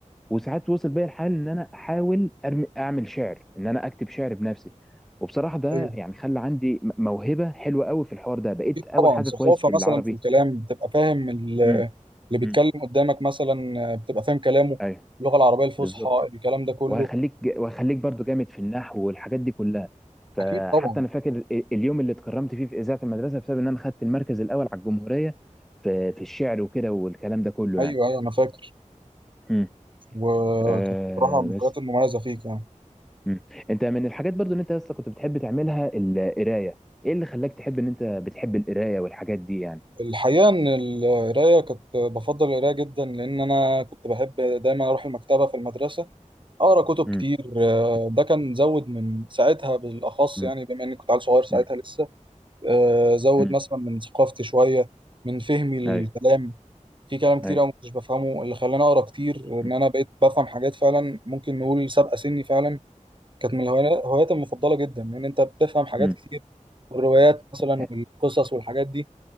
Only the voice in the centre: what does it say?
وساعات وصل بيا الحال ان انا احاول أرم... اعمل شعر ان انا اكتب شعر بنفسي وبصراحه ده
يعني خلى عندي م- موهبه حلوه قوي في الحوار ده بقيت
اول
حاجه
كويس في العربي
امم
امم
ايوه
بالظبط
وهخليك ج- وهخليك برضو جامد في النحو والحاجات دي كلها فحتى
انا فاكر ال- اليوم اللي اتكرمت فيه في اذاعه المدرسه بسبب ان انا خدت المركز الاول على الجمهوريه في في الشعر وكده والكلام ده كله
يعني
امم
آه
بس
امم انت من الحاجات برضو ان انت اصلا كنت بتحب تعملها القرايه ايه اللي خلاك تحب ان انت بتحب القرايه والحاجات دي يعني
امم
امم
امم
امم
ايوه
ايوه
امم
امم
امم